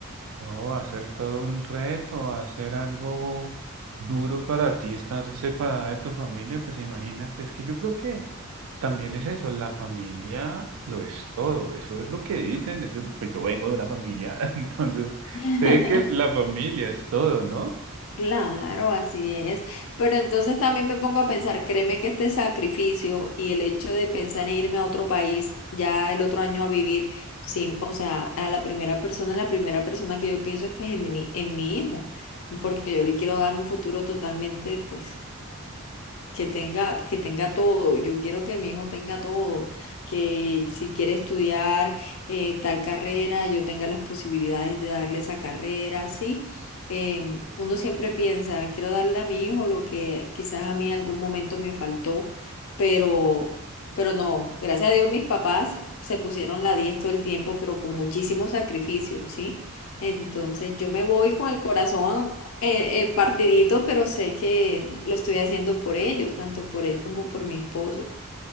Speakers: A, on the right; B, on the left.
A: No, hacer todo un reto, hacer algo duro para ti, estar separada de tu familia, pues imagínate, es que yo creo que también es eso, la familia lo es todo, eso es lo que dicen, eso, pues yo vengo de una familia, <laughs> entonces
B: <laughs>
A: sé que la familia es todo, ¿no?
B: Claro, así es. Pero entonces también me pongo a pensar, créeme que este sacrificio y el hecho de pensar en irme a otro país ya el otro año a vivir, sí, o sea, a la primera persona, la primera persona que yo pienso es que es en mi, en mi hijo, porque yo le quiero dar un futuro totalmente, pues, que tenga, que tenga todo. Yo quiero que mi hijo tenga todo, que si quiere estudiar eh, tal carrera, yo tenga las posibilidades de darle esa carrera, ¿sí? Em, uno siempre piensa, quiero darle a mi hijo lo que quizás a mí en algún momento me faltó, pero, pero no, gracias a Dios mis papás se pusieron la 10 todo el tiempo, pero con muchísimo sacrificio, ¿sí? Entonces yo me voy con el corazón eh, eh, partidito, pero sé que lo estoy haciendo por ellos, tanto por él como por mi esposo.